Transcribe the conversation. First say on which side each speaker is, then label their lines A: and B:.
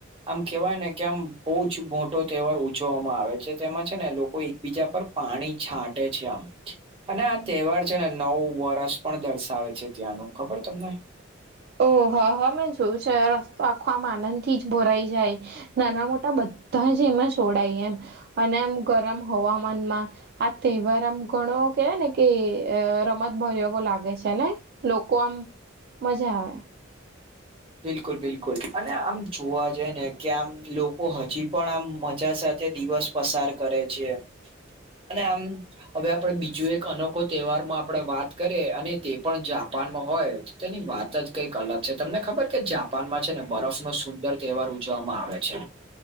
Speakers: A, on the right (about 30°); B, on the right (about 50°).
A: આમ કેવાય ને કે આમ બૌજ મોટો તહેવાર ઉજવામાં આવે છે, તેમાં છે, ને લોકો એ બીજા પર પાણી છાંટે છે, આમ અને આ તહેવાર છે, ને નવુ વરષ પણ દર્શાવે છે, ત્યાંનું ખબર તમને?
B: ઓ હા હા મેં જોયું છે, રસ્તો આખો આમ આનંદ થી જ ભરાઈ જાય નાના મોટા બધા જ એમાં છોડાય એમ અને આમ ગરમ હવામાનમાં આ તેહવાર આમ ઘણો કેવાય ને કે રમત ભર્યો એવો લાગે છે, ને? લોકો આમ મજા આવે
A: બિલકુલ બિલકુલ અને આમ જોવા જએ ને કે આમ લોકો હજી પણ આમ મજા સાથે દિવસ પસાર કરે છે, અને આમ અવે આપડે બીજું એક અનોખો તહેવારમાં આપડે વાત કરીએ અને તે પણ જાપાનમાં હોય તેની વાત જ કંઈક અલગ છે?, તમને ખબર? કે જાપાનમાં છે, ને બરફનો સુંદર તહેવાર ઉજવામાં આવે છે.